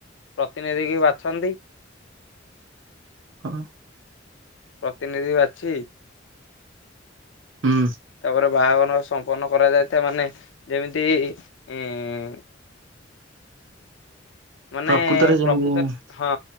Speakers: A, on the left; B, on the right.
A: ପ୍ରତିନିଧି କି ବାଛନ୍ତି।
B: ହଁ।
A: ପ୍ରତିନିଧି ବାଛି
B: ହୁଁ।
A: ତାପରେ ବାହାଘର ସମ୍ପନ୍ନ କରାଯାଇଥାଏ ମାନେ ଯେମିତି ଇଁ ମାନେ
B: ପ୍ରକୃତରେ ଯେମିତି
A: ପ୍ରକୃତରେ ହଁ